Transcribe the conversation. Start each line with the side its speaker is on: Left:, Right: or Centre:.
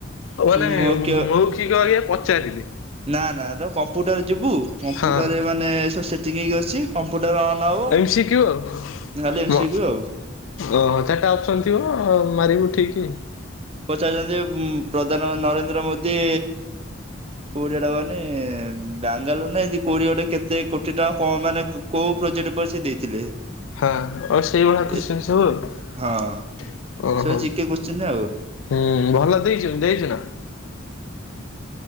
Left: ଓ ମାନେ
Right: ମୁଁ କିଏ
Left: ମୌଖିକ ଇଏ ପଚାରିଲେ?
Right: ନା -ନା ଦ କମ୍ପ୍ୟୁଟର ଯିବୁ କମ୍ପୁଟରରେ
Left: ହଁ
Right: ମାନେ ସେ ସେଟିଙ୍ଗ୍ ହେଇକି ଅଛି କମ୍ପୁଟର୍ ଅନ୍ ହବ
Left: ଏମ ସି କ୍ୟୁ ଆଉ
Right: <unintelligible>
Left: ମ
Right: ଆଉ।
Left: ଓହୋ ଚାରିଟା ଅପ୍ସନ୍ ଥିବ ମାରିବୁ ଠିକି।
Right: ପଚାରିଚନ୍ତି ଉଁ- ପ୍ରଧାନମନ୍ତ୍ରୀ ନରେନ୍ଦ୍ର ମୋଦି କୋଡିଏ ଟା ମାନେ ବାଙ୍ଗାଲୋର ନା ଏନ୍ତି କୋଡିଏ ଗୋଟେ କେତେ କୋଟି ଟଙ୍କା କଣ ମାନେ କ କଉ ପ୍ରୋଜେକ୍ଟ ଉପରେ ସେ ଦେଇଥିଲେ?
Left: ହଁ ଆଉ ସେଇଭଳିଆ କ୍ୱେଷ୍ଚେନ୍
Right: ଏ
Left: ସବୁ ଆଉ
Right: ହଁ ସେ
Left: ଓହୋ।
Right: ଜିକେ କୋଶ୍ଚିନ୍ ଆଉ
Left: ହୁଁ ଭଲ ଦେଇଚୁ -ଦେଇଚୁ ନା?